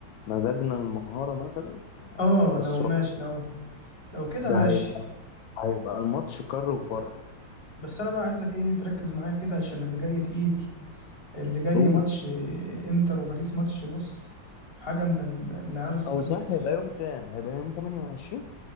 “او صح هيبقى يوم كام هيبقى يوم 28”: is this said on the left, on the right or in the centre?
Left